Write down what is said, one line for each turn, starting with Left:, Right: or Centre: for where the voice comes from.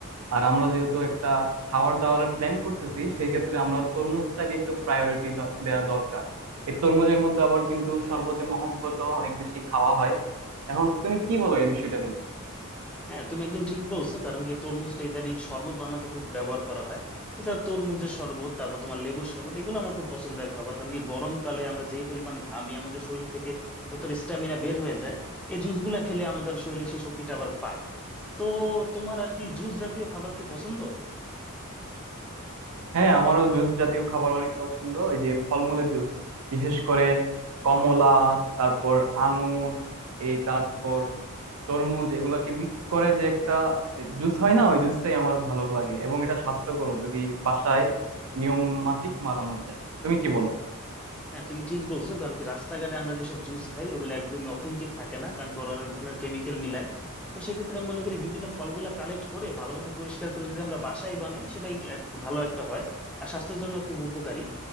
Right: আর আমরা যেহেতু একটা খাবার দাবারের প্ল্যান করতেছি সেক্ষেত্রে আমরা তরমুজটাকে একটু প্রায়োরিটি দেওয়া দরকার এই তরমুজের মধ্যে আবার কিন্তু শরবতে মহব্বত অনেক বেশি খাওয়া হয় এখন তুমি কি বলো এই বিষয়টা নিয়ে
Centre: হ্যাঁ তুমি একদম ঠিক বলছো কারণ কি তরমুজটা ইদানিং শরবত বানাতে খুব ব্যবহার করা হয় এছাড়া তরমুজের শরবত তারপর তোমার লেবুর শরবত এগুলো আমার খুব পছন্দের খাবার কারণ কি গরমকালে আমরা যেই পরিমাণ ঘামি আমাদের শরীর থেকে যতটা স্ট্যামিনা বের হয়ে যায় এই জুস গুলা খেলে আমাদের শরীরে সেই শক্তিটা আবার পায় তো তোমার আর কি জুস জাতীয় খাবার কি পছন্দ
Right: হ্যাঁ আমারও জুস জাতীয় খাবার অনেক পছন্দ এই যে ফলমূলের জুস বিশেষ করে কমলা তারপর আঙুর এই তারপর তরমুজ এগুলাকে মিক্স করে যে একটা জুস হয় না ওই জুসটাই আমার ভালো লাগে এবং এটা স্বাস্থ্যকর যদি বাসায় নিয়ম মাফিক বানানো যায় তুমি কি বলো
Centre: হ্যাঁ তুমি ঠিক বলছো কারণ কি রাস্তাঘাটে আমরা যেসব জুস খাই ওগুলো একদমই অথেন্টিক থাকে না কারণ কি ওরা অনেক ধরনের কেমিক্যাল মিলায় তো সেক্ষেত্রে আমি মনে করি বিভিন্ন ফলগুলা কালেক্ট করে ভালো মতো পরিষ্কার করে যদি আমরা বাসায় বানাই সেটাই এক- ভালো একটা হয় আর স্বাস্থ্যের জন্য খুব উপকারী